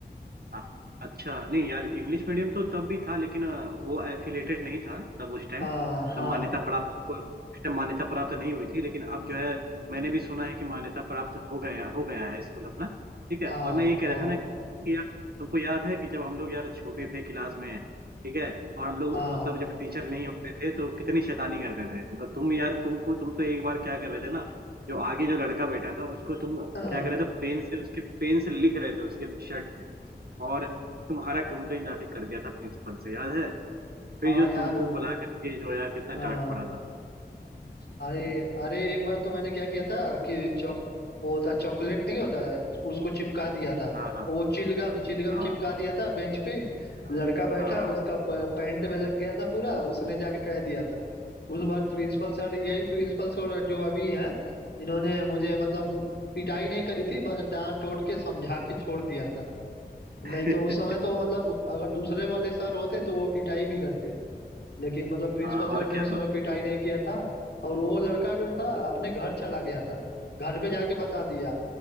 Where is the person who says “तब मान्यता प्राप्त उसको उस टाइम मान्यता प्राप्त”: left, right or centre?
Right